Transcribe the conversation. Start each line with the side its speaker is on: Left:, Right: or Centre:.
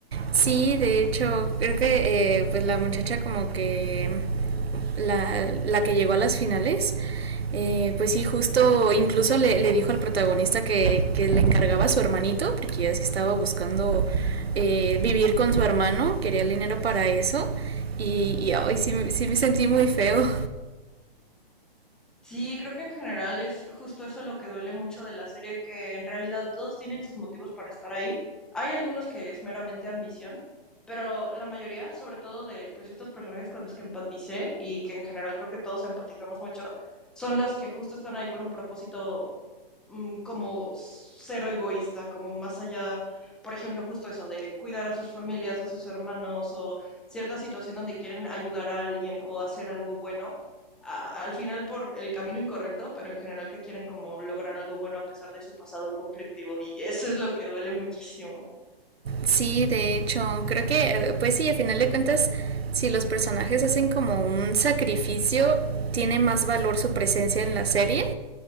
Right: Sí, de hecho, creo que eh, pues la muchacha como que la, la que llegó a las finales, eh, pues sí, justo incluso le, le dijo al protagonista que, que le encargaba a su hermanito, porque ya es que estaba buscando eh, vivir con su hermano, quería el dinero para eso, y, y ay, sí, me- sí me sentí muy feo.
Centre: Sí, creo que en general es justo eso lo que duele mucho de la serie, que en realidad todos tienen sus motivos para estar ahí. Hay algunos que es meramente ambición, pero la mayoría, sobre todo de pues, estos personajes con los que empaticé y que en general creo que todos empatizamos mucho, son los que justo están ahí por un propósito mm, como cero egoísta, como más allá, por ejemplo, justo eso de cuidar a sus familias, a sus hermanos o cierta situación donde quieren ayudar a alguien o hacer algo bueno a- al final por el camino incorrecto, pero en general que quieren como lograr algo bueno a pesar de su pasado conflictivo y eso es lo que duele muchísimo.
Right: Sí, de hecho, creo que, eh, pues sí, a final de cuentas, si los personajes hacen como un sacrificio, tiene más valor su presencia en la serie